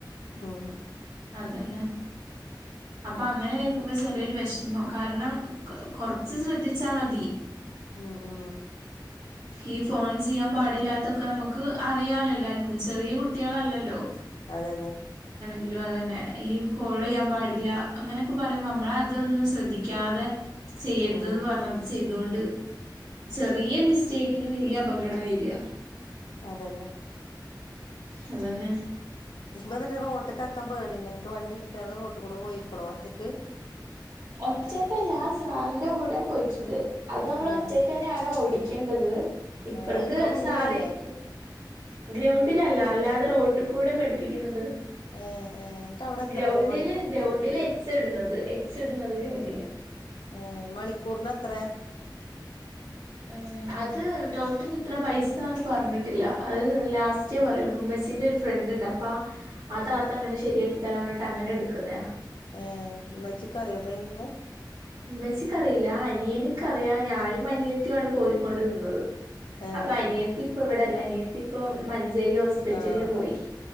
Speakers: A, on the left; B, on the right.
A: ഉം
B: അതന്നെ അപ്പൊ അങ്ങനെ കേൾക്കുമ്പോ ചെറിയൊരു വെഷമം കാരണം കൊറച്ച് ശ്രദ്ധിച്ചാ മതി
A: ഉം ഉം
B: ഈ ഫോൺ ചെയ്യാൻ പാടില്ലാത്തൊക്കെ നമുക്ക് അറിയാല്ലോ എല്ലാർക്കും ചെറിയ കുട്ടികളല്ലല്ലോ
A: അതന്നെ
B: <unintelligible> അതന്നെ ഈ കോള് എയ്യാൻ പാ ടില്ല അങ്ങനെയൊക്കെ പറയുമ്പോ നമ്മള് അതൊന്നും ശ്രദ്ധിക്കാതെ ചെയ്യരുത്
A: ഉം
B: എന്ന് പറഞ്ഞത് ചെയ്തോണ്ട് ചെറിയ മിസ്റ്റേക്കിന് വലിയ അപകട വരിക
A: അതന്നെ
B: അതന്നെ
A: <unintelligible> റോട്ടൊക്ക ഇറക്കാൻ പേടണ്ട് നിനിക്ക് വണ്ടി എടുത്തെ റോട്ട് കൂടെ പോയിക്കണോ ഒറ്റയ്ക്ക്
B: ഒറ്റക്കല്ല സാറിന്റെ കൂടെ പോയിട്ടുണ്ട് അത് നമ്മൾ
A: ആഹ്
B: ഒറ്റയ്ക്ക്ന്നെയാണ് ഓടി- ക്കേണ്ടത് ഇപ്പറത്ത്
A: അത് ഗ്രൗണ്ടിലല്ലേ
B: സാറി ഇരിക്കും ഗ്രൗണ്ടിലല്ല അല്ലാതെ അ റോട്ടുകൂടെ പഠടിപ്പിക്കുന്നുണ്ട്
A: ഏഹ് ഏഹ് എന്നിട്ട് അവിടെ എത്രയാണ്
B: ഗ്രൗണ്ടില് ഗ്രൗണ്ടില് എച്ച് ഇടുന്നത് ഇടുന്നത് ഗ്രൗണ്ടില്
A: ഏ മണിക്കൂർന് എത്രയാ
B: ഉം അത് ടോട്ടൽ എത്ര പൈസന്ന് പറഞ്ഞിട്ടില്ല അത് ലാസ്റ്റേ പറയുള്ളൂ ഉമ്മച്ചീ ന്റെ ഒരു ഫ്രണ്ട് ഉണ്ട് അപ്പ ആ താത്ത അങ്ങനെ ശരിയാക്കി തരാനിട്ട് അങ്ങനെ എടുക്കുന്ന
A: ആ മ്മച്ചികറിയോ ഡ്രൈവിംഗ്
B: ഉമ്മച്ചക്ക്റിയില്ല അനിയന് ക്കറിയ ഞാനും അനിയ ത്തിയാണ് പോയിക്കൊണ്ട് നിന്നത്
A: ഏഹ്
B: അപ്പൊ അനയത്തി ഇ ഇവിടെല്ല അനിയത്തി ഇപ്പോ മ മഞ്ചേരി ഹോസ്പിറ്റലിൽ
A: ആഹ്
B: പോയി
A: ആഹ്